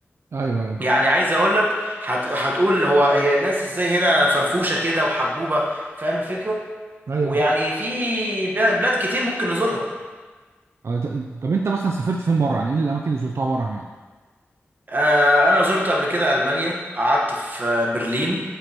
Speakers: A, on the right; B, on the right.
A: ايوه ايوه
B: يعني عايز اقول لك هت... هتقول هو هي الناس ازاي هنا فرفوشه كده وحبوبه فاهم الفكره
A: ايوه
B: ويعني
A: بالظبط
B: في بلاد كتير ممكن نزورها
A: آه، ط- طب انت مثلا سافرت فين بره يعني ايه الاماكن اللي زرتها بره هناك
B: آه، انا زرت قبل كده المانيا قعدت في آه، برلين